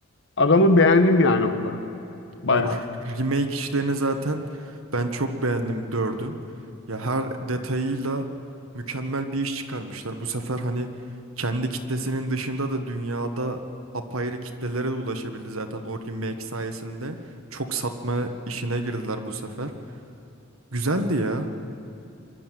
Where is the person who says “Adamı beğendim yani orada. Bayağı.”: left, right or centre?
Left